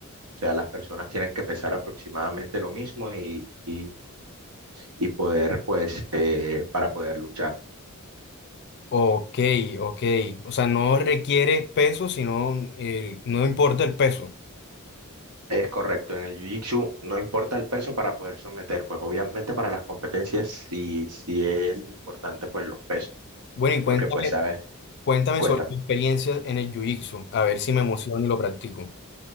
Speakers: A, on the right; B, on the left.
A: O sea, las personas tienen que pesar aproximadamente lo mismo y, y y poder, pues, eh, para poder luchar.
B: Ok, ok. O sea, no requiere peso, sino eh, no importa el peso.
A: Es correcto, en el Jiu-Jitsu no importa el peso para poder someter, pues obviamente para las competencias sí, sí es importante pues los pesos,
B: Bueno, y cuéntame,
A: porque pues sabes,
B: cuéntame
A: cuéntame.
B: sobre tu experiencia en el jiu-jitsu, a ver si me emociono y lo practico.